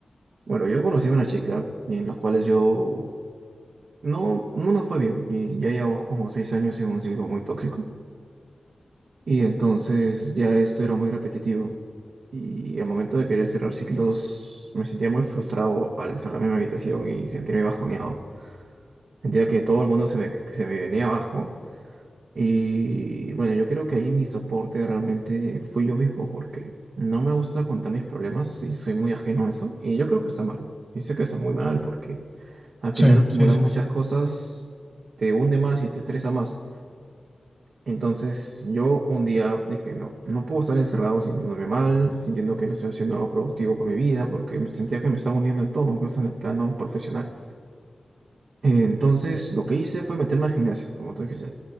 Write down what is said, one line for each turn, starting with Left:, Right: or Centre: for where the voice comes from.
Right: bueno, yo conocí a una chica y en las cuales yo no, no nos fue bien. Y ya llevamos como seis años en un ciclo muy tóxico. Y entonces ya esto era muy repetitivo. Y al momento de querer cerrar ciclos, me sentía muy frustrado al encerrarme en mi habitación y sentirme bajoneado. Sentía que todo el mundo se me, que se me venía abajo Y bueno, yo creo que ahí mi soporte realmente fui yo mismo porque no me gusta contar mis problemas y soy muy ajeno a eso. Y yo creo que está mal. Y sé que está muy mal porque al final
Centre: Sí,
Right: acumular
Centre: sí, sí,
Right: muchas
Centre: sí.
Right: cosas te hunde más y te estresa más. Entonces yo un día dije, no, no puedo estar encerrado sintiéndome mal, sintiendo que no estoy haciendo algo productivo por mi vida porque me sentía que me estaba hundiendo en todo, incluso en el plano profesional. Eh, Entonces, lo que hice fue meterme al gimnasio, como tú dijiste.